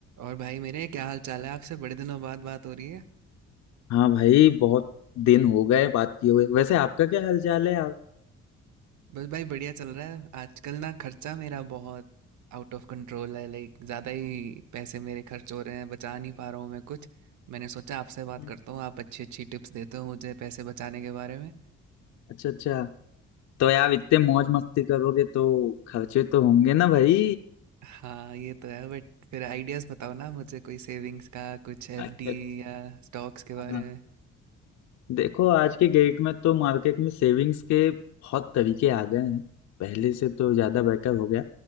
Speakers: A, on the right; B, on the left.
A: और भाई मेरे क्या हाल चाल है आपसे बड़े दिनों बाद बात हो रही है
B: हाँ भाई बहुत दिन हो गए बात किए हुए वैसे आपका क्या हालचाल है आप
A: बस भाई बढ़िया चल रहा है आजकल ना खर्चा मेरा बहुत आउट ऑफ कंट्रोल है लाइक ज़्यादा ही पैसे मेरे खर्च हो रहे हैं बचा नहीं पा रहा हूँ मैं कुछ मैंने सोचा आपसे बात
B: हम्म।
A: करता हूँ आप अच्छी अच्छी टिप्स देते हो मुझे पैसे बचाने के बारे में
B: अच्छा अच्छा तो यार इतने मौज मस्ती करोगे तो खर्चे तो होंगे ना भाई
A: हाँ ये तो है बट फिर आइडियाज़ बताओ ना मुझे कोई सेविंग्स का कुछ एफडी
B: अच्छा
A: या स्टॉक्स
B: अच्छा
A: के बारे
B: हाँ।
A: में
B: देखो आज के डेट में तो मार्केट में सेविंग्स के बहुत तरीके आ गए हैं पहले से तो ज्यादा बेटर हो गया